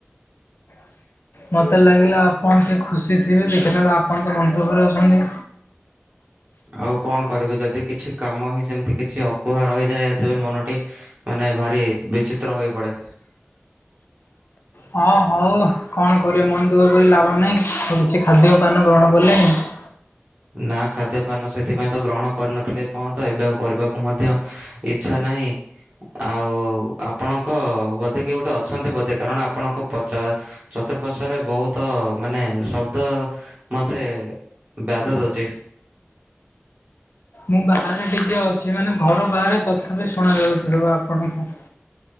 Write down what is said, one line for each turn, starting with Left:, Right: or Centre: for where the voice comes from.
Left: ମୋତେ ଲାଗିଲା ଆପଣ ଟିକଏ ଖୁସି ଥିବେ ଦେଖିଲାବେଳେ ଆପଣ ତ ମନେ ଦୁଃଖ କରି ଅଛନ୍ତି।
Right: ଆଉ କଣ କରିବେ ଯଦି କିଛି କାମ ହିଁ ସେମିତି କିଛି ଅକୁହା ରହିଯାଏ ତେବେ ମନଟି ମାନେ ଭାରି ବିଚିତ୍ର ହୋଇ ପଡେ।
Left: ହଁ ହଉ କଣ କରିବା ମନ ଦୁଃଖ କରି ଲାଭ ନାହିଁ କିଛି ଖାଦ୍ୟ ପାନ ଗ୍ରହଣ କ <unintelligible>
Right: ନା ଖାଦ୍ୟପାନ ସେଥିପାଇଁ ତ ଗ୍ରହଣ କରିନଥିଲେ ଏ ପହନ୍ତ ଏବେ ଆଉ କରିବାକୁ ମଧ୍ୟ ଇଚ୍ଛା ନାହିଁ। ଆଉ ଆପଣଙ୍କ ବୋଧେ କି ଗୋଟେ ଅଛନ୍ତି ବୋଧେ କାରଣ ଆପଣଙ୍କ ପଚା ଚତୁଃପାର୍ଶ୍ଵରେ ବହୁତ ମାନେ ଶବ୍ଦ ମତେ ବ <unintelligible>
Left: ମୁଁ ବାହାରେ ଟିକେ ଅଛି ମାନେ ଘର ବାହାରେ ତଥାପି ଶୁଣ ଯାଉଛି ସୁ ଆପ <unintelligible>